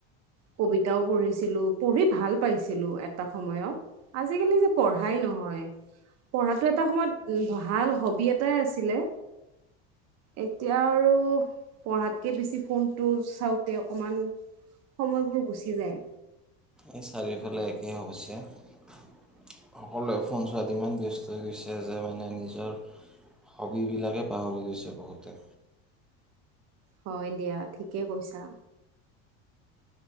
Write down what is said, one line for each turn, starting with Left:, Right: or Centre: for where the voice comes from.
Right: কবিতাও পঢ়িছিলো পঢ়ি ভাল পাইছিলো এটা সময়ত আজিকালি যে পঢ়াই নহয় পঢ়াতটো এটা সময়ত ভাল হবি এটাই আছিলে এতিয়া আৰু পঢ়াতকে বেছি ফোনটো চাওঁতে অকমান সময়বোৰ গুচি যায়
Centre: এই চাৰিওফালে একেই হ হৈছে সকলোৱে ফোন চোৱাত ইমান ব্যস্ত হৈ গৈছে যে মানে নিজৰ হবিবিলাকে পাহৰি গৈছে বহুতে
Right: হয় দিয়া ঠিকে কৈছা